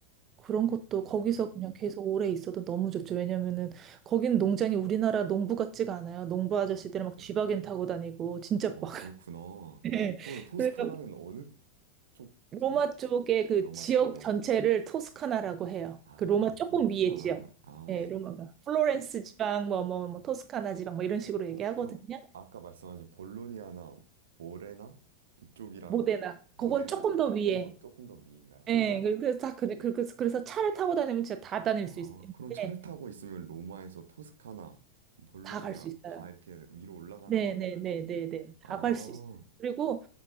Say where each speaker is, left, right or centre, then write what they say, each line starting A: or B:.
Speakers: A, on the right; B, on the right.
A: 그런 것도
B: 음,
A: 거기서 그냥 계속 오래 있어도 너무 좋죠. 왜냐면은 거기는 농장이 우리나라 농부 같지가 않아요. 농부 아저씨들
B: 어,
A: 막
B: 네.
A: 쥐바겐 타고 다니고 진짜
B: 어,
A: 막.
B: 그렇구나.
A: <laughs> 예.
B: 오늘 토스카나는
A: 그래서
B: 어느 쪽쯤에
A: 로마
B: 있어요?
A: 쪽의 그
B: 로마
A: 지역
B: 쪽에.
A: 전체를 토스카나라고 해요.
B: 아,
A: 그 로마 조금
B: 그렇구나.
A: 위에 지역.
B: 아,
A: 예,
B: 네.
A: 로마가. 플로렌스
B: 그,
A: 지방, 뭐,
B: 음.
A: 뭐, 뭐, 토스카나 지방, 뭐, 이런 식으로
B: 어,
A: 얘기하거든요.
B: 그럼 아까 말씀하신 볼로니아나 모레나 이쪽이랑은
A: 모데나.
B: 모데나
A: 그건 조금 더 위에.
B: 조금 더 조금 더 위인가요?
A: 예,
B: 아,
A: 그래서 다, 그- 그- 그래서, 그래서 차를 타고 다니면 진짜 다 다닐
B: 아,
A: 수 있는데,
B: 그럼 차를 타고 있으면 로마에서 토스카나, 볼로니아
A: 다 갈 수 있어요.
B: 다 이렇게 위로 올라가면서
A: 네네네네네.
B: 여행할 수 있나?
A: 다
B: 아,
A: 갈 수 있어요. 그리고